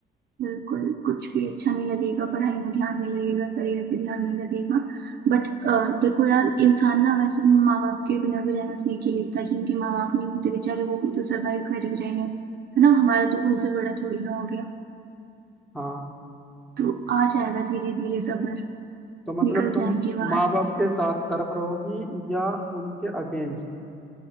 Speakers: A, on the right; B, in the centre.
A: बिल्कुल कुछ भी अच्छा नहीं लगेगा पढ़ाई में ध्यान नहीं लगेगा करियर पे ध्यान नहीं लगेगा बट देखो यार इंसान ना वैसे माँ बाप के बिना भी रहना सीख ही लेता है जिनके माँ बाप नहीं होते बेचारे वो भी तो सरवाइव कर ही रहे हैं है ना हमारा तो उनसे बड़ा थोड़ी ना हो गया
B: हाँ
A: तो आ जाएगा धीरे धीरे सब्र
B: तो मतलब
A: निकल
B: तुम
A: जाएंगे बाहर
B: माँ बाप के साथ तरफ रहोगी या उनके अगेंस्ट